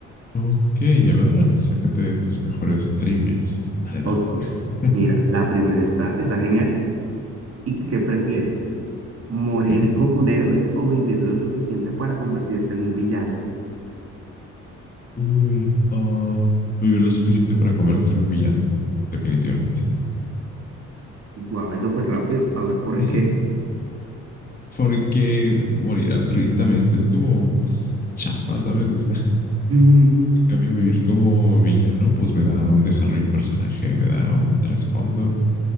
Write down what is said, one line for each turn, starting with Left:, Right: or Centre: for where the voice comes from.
Left: Ok, a ver, sácate tus mejores trivias. Dale, dale.
Right: Ok,
Left: <laughs>
Right: mira, la primera está, está genial. ¿Y qué prefieres? ¿Morir
Left: Ok.
Right: como un héroe o vivir lo suficiente para convertirte en un villano?
Left: Uy, ah, vivir lo suficiente para convertirme en villano. Definitivamente.
Right: Guau, eso fue rápido, a ver por
Left: <laughs>
Right: qué. <clears throat>
Left: Porque morir altruistamente es como pues, chafa, ¿sabes? O sea,
Right: <laughs>
Left: en cambio, vivir como villano, pues me da un desarrollo de personaje, me da un trasfondo,